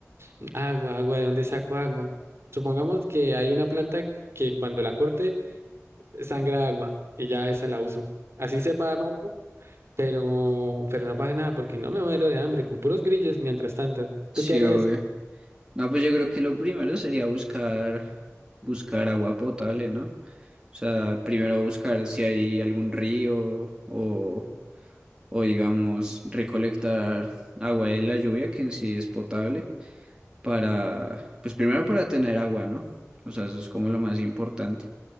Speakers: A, on the right; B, on the right.
A: <sniffs> agua, agua, ¿de dónde saco agua? Supongamos que hay una planta que cuando la corte sangra agua y ya esa la uso. Así sepa amargo, pero, pero no pasa nada porque no me muero de hambre con puros grillos mientras tanto.
B: sí,
A: ¿Tú qué harías?
B: obvio. No, pues yo creo que lo primero sería buscar, buscar agua potable, ¿no? O sea, primero buscar si hay algún río o, o digamos, recolectar agua de la lluvia, que en sí es potable, para, pues primero para tener agua, ¿no? O sea, eso es como lo más importante.